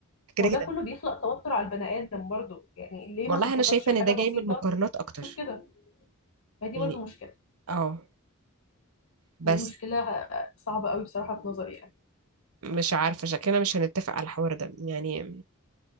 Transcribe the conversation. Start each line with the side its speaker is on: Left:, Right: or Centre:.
Right: كده
Left: ما هو ده
Right: كده
Left: كله بيخلق توتر على البني ادم برضو يعني ليه
Right: والله
Left: ما تتبسطش
Right: انا شايفه
Left: بحاجة
Right: ان ده
Left: بسيطة
Right: جاي من المقارنات اكتر
Left: شوف كده ما دي
Right: يعني
Left: برضو مشكلة
Right: اه بس
Left: دي مشكلة صعبة قوي بصراحة في نظري يعني
Right: مش عارفه شكلنا مش هنتفق على الحوار ده يعني